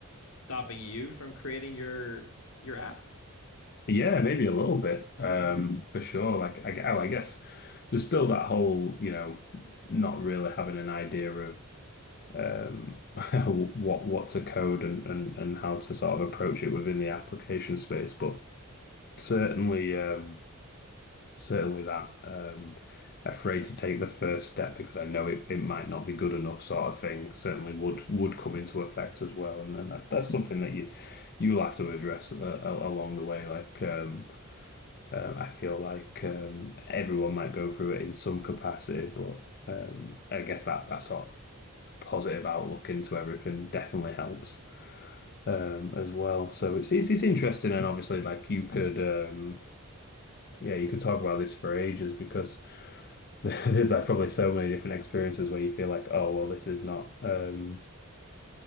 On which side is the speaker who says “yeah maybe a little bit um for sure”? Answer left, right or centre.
Left